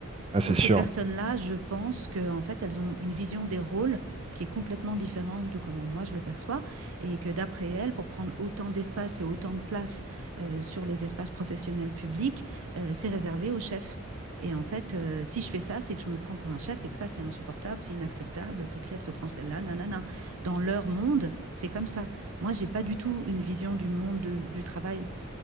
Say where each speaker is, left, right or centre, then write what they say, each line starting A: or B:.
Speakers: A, on the right (about 25°); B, on the right (about 75°).
A: Ah,
B: pour
A: c'est
B: ces
A: sûr.
B: personnes-là, je pense que en fait, elles ont une vision des rôles qui est complètement différente de comment moi je le perçois, et que d'après elles, pour prendre autant d'espace et autant de place euh, sur les espaces professionnels publics, euh, c'est réservé aux chefs. Et en fait, euh, si je fais ça, c'est que je me prends pour un chef et que ça, c'est insupportable, c'est inacceptable. Pour qui elle se prend celle-là Nanana. Dans leur monde, c'est comme ça. Moi, j'ai pas du tout une vision du monde de- du travail